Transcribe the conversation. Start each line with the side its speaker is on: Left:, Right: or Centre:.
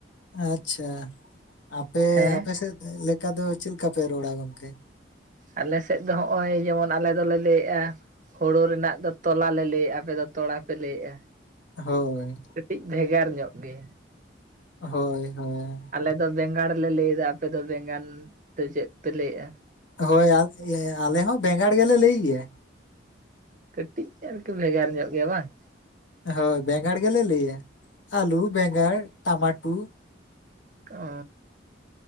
Left: ᱟᱪᱪᱷᱟ ᱟᱯᱮ
Right: ᱦᱮᱸ
Left: ᱟᱯᱮ ᱥᱮᱫ ᱞᱮᱠᱟ ᱫᱚ ᱪᱮᱫ ᱞᱮᱠᱟ ᱯᱮ ᱨᱚᱲᱟ ᱜᱚᱝᱠᱮ?
Right: ᱟᱞᱮ ᱥᱮᱫ ᱫᱚ ᱦᱚᱸᱜᱼᱚᱭ ᱡᱮᱢᱚᱱ ᱟᱞᱮ ᱫᱚᱞᱮ ᱞᱟᱹᱭᱮᱜᱼᱟ, ᱦᱳᱲᱳ ᱨᱮᱱᱟᱜ ᱫᱚ ᱛᱚᱞᱟ ᱞᱮ ᱞᱟᱹᱭᱮᱫᱼᱟ ᱟᱯᱮ ᱫᱚ ᱛᱚᱲᱟ ᱯᱮ ᱞᱟᱹᱭᱮᱫᱼᱟ᱾
Left: ᱦᱳᱭ᱾
Right: ᱠᱟᱹᱴᱤᱡ ᱵᱷᱮᱜᱟᱨ ᱧᱚᱜ ᱜᱮᱭᱟ᱾
Left: ᱦᱳᱭ ᱦᱳᱭ᱾
Right: ᱟᱞᱮᱫᱚ ᱵᱮᱸᱜᱟᱲ ᱞᱮ ᱞᱮᱭᱮᱫᱟ ᱟᱯᱮ ᱫᱚ ᱵᱮᱸᱜᱟᱲ ᱥᱮ ᱪᱮᱫ ᱯᱮ ᱞᱟᱹᱭᱮᱫᱼᱟ?
Left: ᱦᱳᱭ ᱟ ᱟᱞᱮ ᱦᱚᱸ ᱵᱮᱸᱜᱟᱲ ᱜᱮᱞᱮ ᱞᱟᱹᱭ ᱜᱮᱭᱟ᱾
Right: ᱠᱟᱹᱴᱤᱡ ᱟᱨᱠᱤ ᱵᱷᱮᱜᱟᱨ ᱧᱚᱜ ᱜᱮᱭᱟ ᱵᱟᱝ?
Left: ᱦᱳᱭ ᱵᱮᱸᱜᱟᱲ ᱜᱮᱞᱮ ᱞᱟᱹᱭᱟ ᱟᱞᱩ ᱵᱮᱸᱜᱟᱲ ᱴᱟᱢᱟᱴᱩ,
Right: ᱚ,